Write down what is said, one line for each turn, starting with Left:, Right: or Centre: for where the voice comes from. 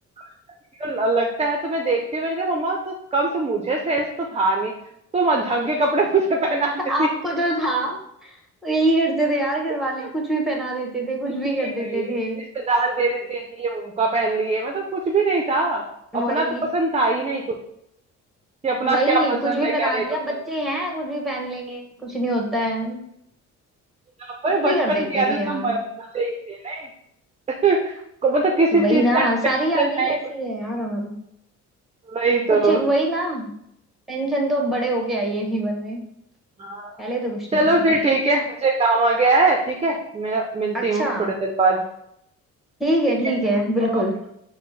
Right: वीडियो ल- लगता है तो मैं देखती हूँ मैंने कहा मम्मा तो कम से मुझे सेंस तो था नहीं तो ढंग के कपड़े <laughs> मुझे पहना देती
Centre: आपको तो था यही करते थे यार घर
Right: <laughs>
Centre: वाले कुछ भी पहना देते थे कुछ
Right: कुछ
Centre: भी
Right: भी
Centre: कर देते
Right: भाई
Centre: थे
Right: रिश्तेदार दे देते हैं कि ये उनका पहन लिए मतलब कुछ भी नहीं था अपना
Centre: वही
Right: तो पसंद था ही नहीं कुछ कि अपना
Centre: वही
Right: क्या पसंद
Centre: कुछ भी
Right: है
Centre: पहना
Right: क्या नहीं
Centre: दिया
Right: पसंद
Centre: बच्चे
Right: है
Centre: हैं कुछ भी पहन लेंगे कुछ नहीं होता है
Right: यहाँ पर
Centre: कुछ
Right: बचपन
Centre: भी कर देते
Right: की यादें
Centre: थे
Right: तो
Centre: यार
Right: म- मजे ही थे ना <laughs> को- मतलब किसी
Centre: वही
Right: चीज
Centre: ना
Right: का टेंशन
Centre: सारी यादें
Right: नहीं
Centre: ही ऐसी
Right: कुछ
Centre: है यार
Right: नहीं
Centre: हमारी
Right: वही
Centre: कुछ
Right: तो
Centre: वही ना पेंशन तो अब बड़े होके आई है जीवन में
Right: हाँ
Centre: पहले तो कुछ
Right: चलो
Centre: नहीं होती
Right: फिर
Centre: थी
Right: ठीक है मुझे काम आ गया है ठीक है मैं मिलती
Centre: अच्छा
Right: हूँ थोड़ी देर बाद
Centre: ठीक है
Right: ठीक
Centre: ठीक
Right: है
Centre: है बिल्कुल
Right: ओके